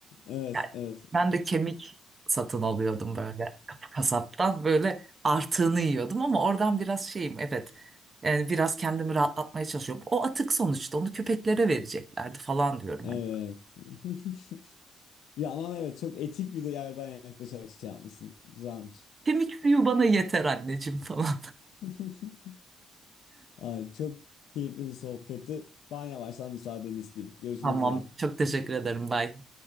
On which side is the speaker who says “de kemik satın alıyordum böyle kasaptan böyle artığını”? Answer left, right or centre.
Right